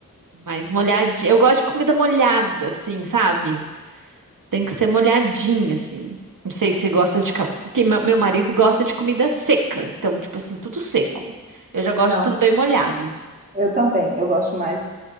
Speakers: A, on the right (about 70°); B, on the right (about 25°).
A: Mais molhadinha.
B: Ai,
A: Eu gosto de comida molhada, assim, sabe? Tem que ser molhadinha, assim. Não sei se você gosta de. cal- Porque meu meu marido gosta de comida seca. Então, tipo assim, tudo seco. Eu já gosto
B: não.
A: de tudo bem molhado.
B: Eu também. Eu gosto mais